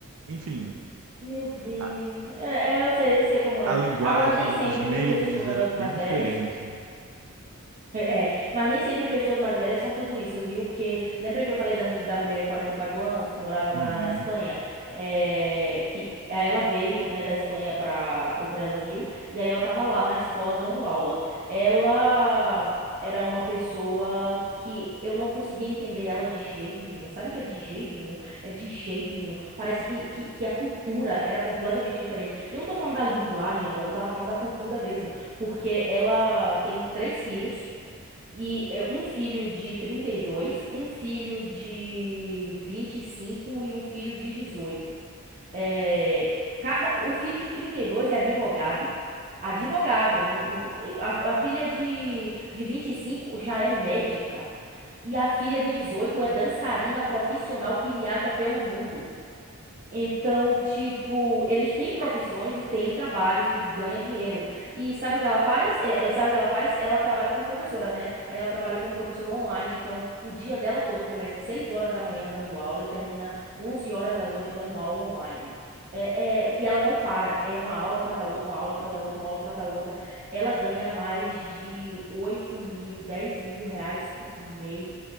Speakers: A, on the right; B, on the right.
A: enfim,
B: Meu Deus.
A: a,
B: É, é, eu sei, eu sei como é.
A: a linguagem,
B: Agora, nem sempre,
A: os memes
B: viu, pessoas
A: era bem
B: mais
A: diferente.
B: velhas. É, é. mas nem sempre pessoas mais velhas são tudo isso, viu? Porque lembra que eu falei da, mi- da mulher de 44 anos que morava
A: Uhum.
B: na, na Espanha? É, que aí ela veio, né, da Espanha para o Brasil e aí ela tava lá na escola dando aula. Ela era uma pessoa que eu não conseguia entender ela de jeito nenhum. Sabe o que é de jeito nenhum? É de jeito nenhum. Parece que, que, que a cultura era completamente diferente. E eu não tô falando da linguagem, não, eu tava falando da cultura mesmo porque ela tem três filhos e é um filho de 32, um filho de 25 e cinco e um filho de 18. É, cada, o filho de 32 é advogado. Advogado. não- não- a, a filha de, de 25 já é médica. E a filha de 18 é dançarina profissional que viaja pelo mundo. Então, tipo, eles têm profissões e têm trabalhos e ganha dinheiro. E sabe o que ela faz? É, é, sabe o que ela faz? Ela trabalha como professora, né? Aí ela trabalha como professora online, então o dia dela todo começa às 6 horas da manhã dando aula e termina 11 horas da noite dando aula online. É, é, e ela não para, é uma aula atrás da outra, uma aula atrás da outra, uma aula atrás da outra. Ela ganha mais de 8 mil, 10 mil reais por mês.